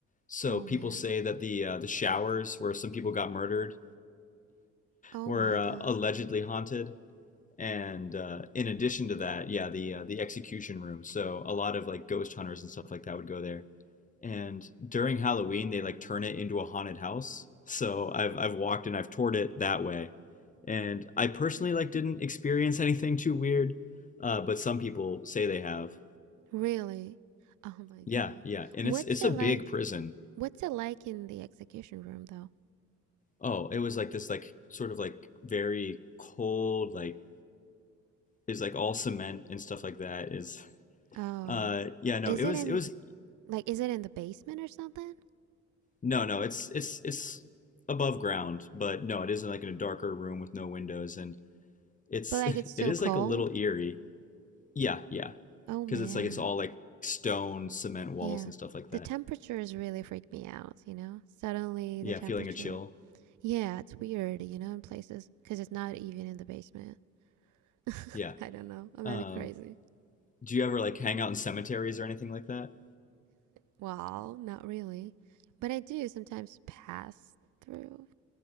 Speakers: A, on the left; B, on the right.
A: So
B: Oh
A: people
B: man.
A: say that the uh, the showers where some people got murdered
B: Oh
A: were
B: my
A: uh,
B: god.
A: allegedly haunted. And uh, in addition to that, yeah, the uh, the execution room. So a lot of like ghost hunters and stuff like that would go there. And during Halloween, they like turn it into a haunted house. So I've I've walked and I've toured it that way. And I personally like didn't experience anything too weird, uh, but some people say they have.
B: Really? Oh my
A: Yeah,
B: god.
A: yeah, and
B: What's
A: it's it's
B: it
A: a big
B: like?
A: prison.
B: What's it like in the execution room though?
A: Oh, it was like this, like sort of like very cold, like is like all cement and stuff like that. Is
B: Oh,
A: uh, yeah, no,
B: is
A: it
B: it
A: was
B: in
A: it was
B: like is it in the basement or something?
A: no, no, it's it's it's above ground, but no, it isn't like in a darker room with no windows, and it's
B: But like it's
A: <laughs>
B: still
A: it is
B: cold?
A: like a little eerie. Yeah, yeah,
B: Oh
A: because
B: man.
A: it's like it's all like stone, cement walls
B: Yeah.
A: and stuff like that.
B: The temperatures really freak me out, you know? Suddenly
A: Yeah,
B: the temperature.
A: feeling a chill.
B: Yeah, it's weird, you know, in places cuz it's not even in the basement. <laughs>
A: Yeah.
B: I don't know. I might
A: Um,
B: be crazy.
A: do you ever like hang out in cemeteries or anything like that?
B: Well, not really. But I do sometimes pass through,